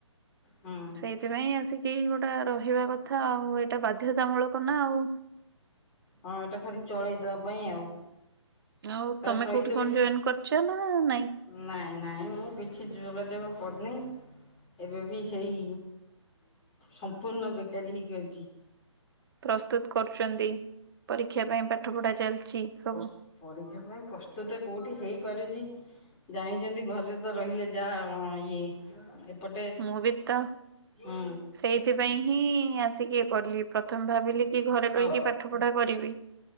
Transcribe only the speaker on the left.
ହଁ।
ହଁ ଏଇଟା ଖାଲି ଚଳେଇଦବା ପାଇଁ ଆଉ।
ତା
ସହିତ
ବି
ନାଇଁ ନାଇଁ ମୁଁ କିଛି ଯୋଗା ଯୋଗ କରିନି। ଏବେ ବି ସେଇ ସମ୍ପୂର୍ଣ୍ଣ ବେକାରୀ ହେଇକି ଅଛି।
ପସ-ପରୀକ୍ଷା ପାଇଁ ପ୍ରସ୍ତୁତ କୋଉଠି ହେଇପାରୁଛି? ଜାଣିଛନ୍ତି ଘରେ ତ ରହିଲେ ଯା ଇଏ ପଟେ
ହୁଁ।
ହଁ